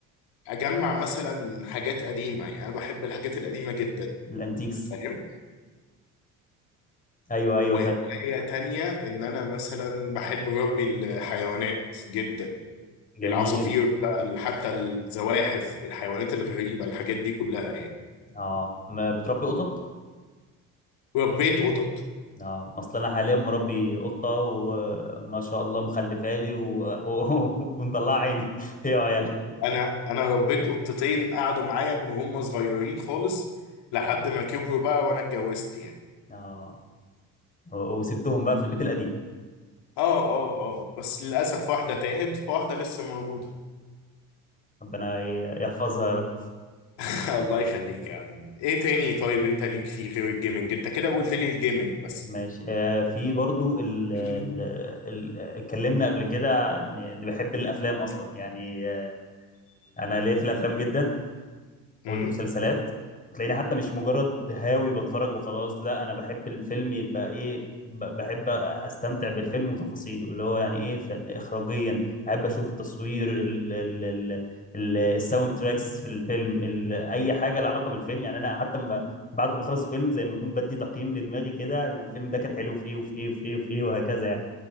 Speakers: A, on the left; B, on the left.
A: اجمع مثلا حاجات قديمه يعني انا بحب الحاجات القديمه جدا
B: الانتيكس
A: فاهم
B: ايوه ايوه
A: وهوايه
B: فعلا
A: تانية ان انا مثلا بحب ربي الحيوانات جدا
B: جميل
A: العصافير بقى ال- حتى الزواحف الحيوانات الغريبه الحاجات دي كلها يعني
B: اه ما بتربي قطط
A: ربيت قطط
B: اه اصل انا حاليا مربي قطه وما شاء الله مخلفه لي و... و... <laughs> ومطلعه عيني هي وعيالها
A: انا انا ربيت قطتين قعدوا معايا من هم صغيرين خالص لحد ما كبروا بقى وانا اتجوزت يعني
B: اه و- وسبتهم بقى في البيت القديم
A: اه اه اه بس للاسف واحده تاهت واحده لسه موجوده
B: ربنا ي- يحفظها يا رب
A: <laughs> الله يخليك يا عم ايه تاني طيب انت ليك فيه غير الجيمنج انت كده قلت لي الجيمنج بس
B: ماشي آه في برضو ال ال
A: مم.
B: ال اتكلمنا قبل كده اني إني بحب الافلام اصلا يعني آه انا ليا في الافلام جدا والمسلسلات
A: مم.
B: تلاقيني حتى مش مجرد هاوي بتفرج وخلاص لا انا بحب الفيلم يبقى ايه ب- بحب استمتع بالفيلم وتفاصيله اللي هو يعني ايه فن- اخراجيا احب اشوف التصوير ال ال ال ال الساوند تراكس في الفيلم ال اي حاجه لها علاقه بالفيلم يعني انا حتى ب- بعد ما بخلص فيلم زي ما يكون بدي تقييم لدماغي كده الفيلم ده كان حلو في ايه وفي ايه وفي ايه وفي ايه وهكذا يعني